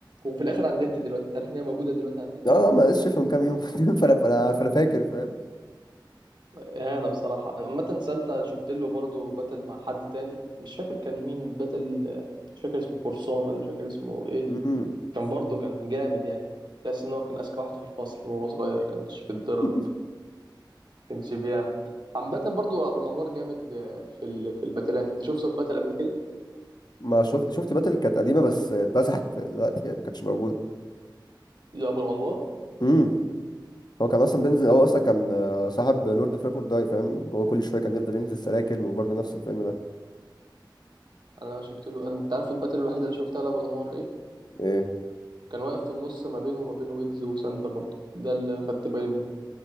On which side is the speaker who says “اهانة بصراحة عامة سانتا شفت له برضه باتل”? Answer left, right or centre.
Right